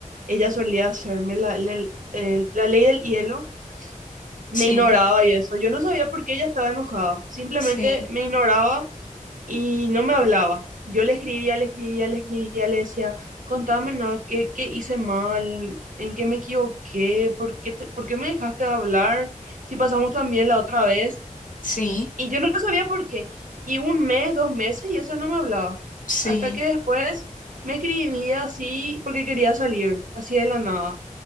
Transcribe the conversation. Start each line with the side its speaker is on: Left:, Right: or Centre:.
Right: ella solía hacerme la, la- eh, la ley del hielo. Me
Left: sí,
Right: ignoraba y eso. Yo no sabía por qué ella estaba enojada. Simplemente
Left: sí.
Right: me ignoraba y no me hablaba. Yo le escribía, le escribía, le escribía, le decía, contame nada, ¿qué, qué hice mal? ¿En qué me equivoqué? ¿Por qué, te- por qué me dejaste de hablar? Si pasamos tan bien la otra vez.
Left: Sí,
Right: Y yo no sabía por qué. Y un mes, dos meses, y eso no me hablaba.
Left: sí,
Right: Hasta que después me escribía así porque quería salir, así de la nada.